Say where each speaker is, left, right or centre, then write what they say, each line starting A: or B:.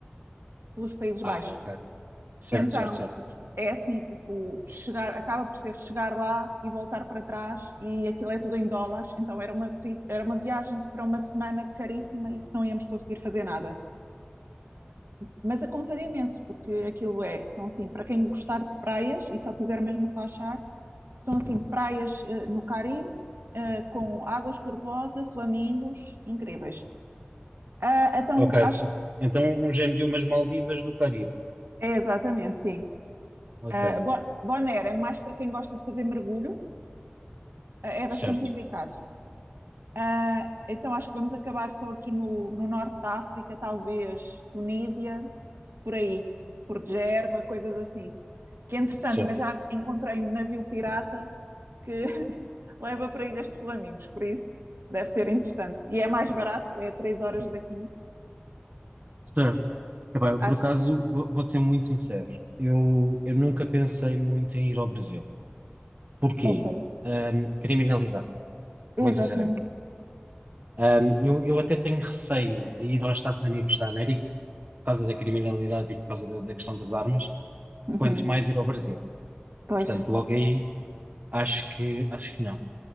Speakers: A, on the right; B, on the right.
A: pelos Países Baixos.
B: Ah, ok. Certo,
A: Então,
B: certo, certo.
A: é assim, tipo, chegar, acaba por ser chegar lá e voltar para trás e aquilo é tudo em dólares, então era uma visita, era uma viagem para uma semana caríssima e que não íamos conseguir fazer nada. Mas aconselho imenso, porque aquilo é, são assim, para quem gostar de praias e só quiser mesmo relaxar, são assim, praias uh, no Caribe, uh, com águas cor-de-rosa, flamingos, incríveis. Uh, então,
B: Ok.
A: acho que
B: Então um género de umas Maldivas do Caribe.
A: é exatamente, sim.
B: Ok.
A: Uh, Bo- Bonaire é mais para quem gosta de fazer mergulho, uh, é bastante
B: Certo,
A: indicado. Ah, então acho que vamos acabar só aqui no, no norte da África, talvez Tunísia, por aí, por Gerba, coisas assim. Que entretanto
B: certo,
A: também já encontrei um navio pirata que <laughs> leva para Ilhas de Flamingos, por isso deve ser interessante. E é mais barato, é três horas daqui,
B: certo. Epá, eu
A: acho.
B: por acaso vou, vou-te ser muito sincero. Eu, eu nunca pensei muito em ir ao Brasil. Porquê?
A: Ok,
B: Ahm, criminalidade,
A: exatamente.
B: muito sinceramente. Ahm, eu, eu até tenho receio a ir aos Estados Unidos da América, por causa da criminalidade e por causa da, da questão das armas,
A: Uhum.
B: quanto mais ir ao Brasil.
A: Pois,
B: Portanto, logo aí, acho que, acho que não.